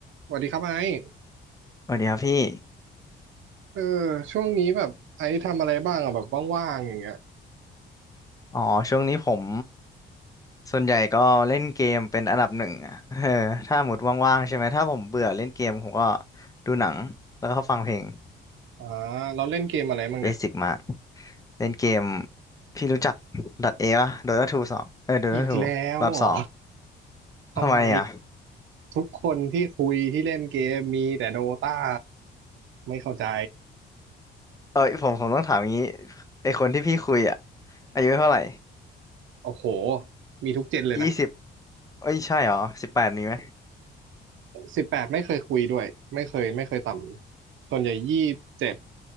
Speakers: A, on the right; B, on the left.
A: สวัสดีครับไอซ์
B: สวัสดีครับพี่
A: เออช่วงนี้แบบไอซ์ทำอะไรบ้างอะแบบว่างๆอย่างเงี้ย
B: อ๋อช่วงนี้ผมส่วนใหญ่ก็เล่นเกมเป็นอันดับหนึ่งอ่ะ <laughs> เออถ้าหมดว่างๆใช่ไหมถ้าผมเบื่อเล่นเกมผมก็ดูหนังแล้วก็ฟังเพลง
A: อ่าเราเล่นเกมอะไรบ้างเนี่ย
B: เบสิกมากเล่นเกมพี่รู้จัก .A ป่ะ Dota ทูสองเออ Dota
A: อีกแล้วเหรอ
B: 2รอบสอง
A: ทำไม
B: ทำไมอ่ะ
A: ทุกคนที่คุยที่เล่นเกมมีแต่โดตาไม่เข้าใจ
B: เอ้ยผมผมต้องถามอย่างนี้ไอคนที่พี่คุยอ่ะอายุเท่าไหร่
A: โอ้โหมีทุกเจนเลยนะ
B: ยี่สิบเอ้ยใช่เหรอสิบแปดมีไหม
A: สิบแปดไม่เคยคุยด้วยไม่เคยไม่เคยต่ำส่วนใหญ่ยี่สิบเจ็ด